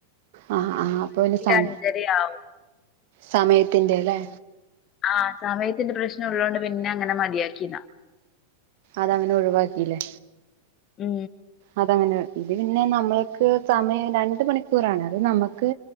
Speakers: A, on the right (about 50°); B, on the left (about 30°).
A: ആഹ ആ അപ്പൊ പിന്നെ സമ
B: അഞ്ചരയാവും
A: സമയത്തിന്റെല്ലെ?
B: ആഹാ സമയത്തിന്റെ പ്രശ്നൊള്ളോണ്ട് പിന്നങ്ങനെ മതിയാക്കിയതാ.
A: അതങ്ങനെ ഒഴിവാക്കിലേ?
B: മ്
A: അതങ്ങനെ ഇത് പിന്നെ നമ്മള്ക്ക് സമയം രണ്ട് മണിക്കൂറാണ് അത് നമക്ക്.